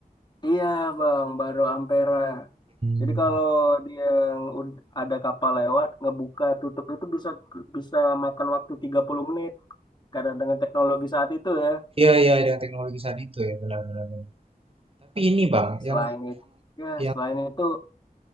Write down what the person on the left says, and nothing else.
Iya Bang, baru Ampera.
Jadi kalau dia ud- ada kapal lewat, ngebuka tutup itu bisa bisa makan waktu 30 menit karena dengan teknologi saat itu ya.
Selain
itu, ya
selain itu,